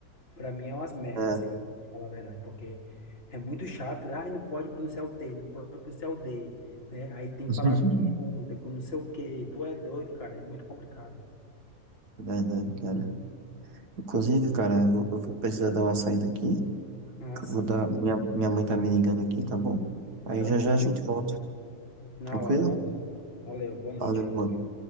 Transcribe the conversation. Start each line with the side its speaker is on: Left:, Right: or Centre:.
Left: Pra mim é umas merdas
Right: É.
Left: isso aí, pra te falar a verdade. Porque é muito chato. Ai, não pode pronunciar o T, não pode pronunciar o D, né? Aí tem
Right: <laughs>
Left: palavra que junta com não sei o quê. Tu é doido, cara. É muito complicado.
Right: Verdade, cara. Inclusive,
Left: Hum.
Right: cara, eu vou, eu vou precisar dar uma saída aqui.
Left: Ah,
Right: que
Left: sim.
Right: eu vou dar. Minha, minha mãe tá me ligando aqui, tá bom? Aí
Left: Tranquilo.
Right: já já a gente volta.
Left: Na
Right: Tranquilo?
Left: hora. Valeu. Valeu. Boa noite
Right: Valeu,
Left: aí.
Right: mano.